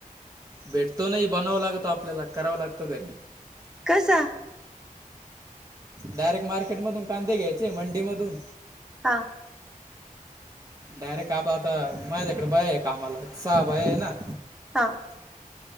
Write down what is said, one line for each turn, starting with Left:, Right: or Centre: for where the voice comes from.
Right: भेटतो नाही बनावं लागतो आपल्याला करावा लागतो घरी
Centre: कसां
Right: डायरेक्ट मार्केट मधून कांदे घ्यायचे मंडी मधून
Centre: हां
Right: डायरेक्ट आप आता माझ्याकडे भय आहे कामाला स भय आहे ना
Centre: हां